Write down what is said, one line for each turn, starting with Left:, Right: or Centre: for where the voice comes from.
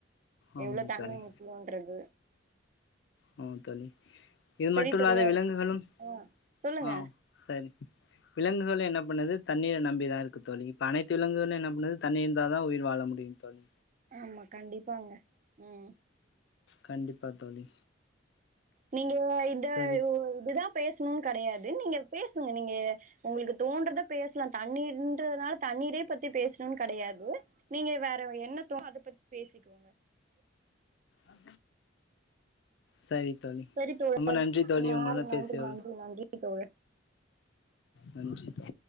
Left: ஆமாம்
Right: எவ்ளோ தண்ணி
Left: தோழி
Right: முக்கியோன்றது
Left: ஆ தண்ணி இது
Right: சரி
Left: மட்டுல்லாத
Right: தோழர்
Left: விலங்குகளும்
Right: ஆ சொல்லுங்க
Left: ஆ சரி விலங்குகளு என்னப் பண்ணுது தண்ணீர நம்பிதா இருக்கு தோழி இப்ப அனைத்து விலங்குகளு என்ன பண்ணது தண்ணி இருந்தாதா உயிர்வாழ முடி டியு தோழி
Right: ஆமா கண்டிப்பாங்க உம்
Left: கண்டிப்பா தோழி
Right: நீங்க இத
Left: சரி
Right: யு இததா பேசணூன் கெடையாது நீங்க பேசுங்க நீங்க உங்களுக்கு தோன்றத பேசலா தண்ணீருன்றதுனால தண்ணீரே பத்தி பேசணூன் கெடையாது நீங்க வேற என்னத்தோ அத பத்தி பேசிக்கோங்க
Left: அ சரி தோழி
Right: சரி
Left: ரொம்ப நன்றி
Right: தோழர்
Left: தோழி உங்களுடன்
Right: நன்றி
Left: பேசியோ
Right: நன்றி நன்றி தோழர்
Left: நன்றி தோ